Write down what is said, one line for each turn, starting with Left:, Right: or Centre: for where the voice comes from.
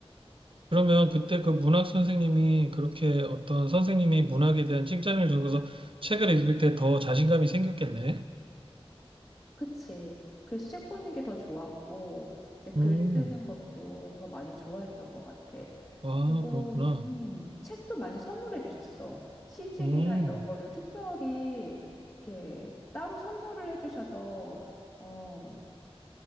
Right: 그러면 그때 그 문학 선생님이 그렇게 어떤 선생님이 문학에 대한 칭찬을 주고서 책을 읽을 때 더 자신감이 생겼겠네.
Left: 그치. 그래서 책 보는 게 더 좋았고, 이제 글
Right: 음,
Left: 쓰는 것도 더 많이 좋아했던 것 같아.
Right: 아,
Left: 그리고,
Right: 그렇구나.
Left: 음, 책도 많이 선물해 주셨어. 시집이나
Right: 음,
Left: 이런 거를 특별히 이렇게 따로 선물을 해 주셔서, 어,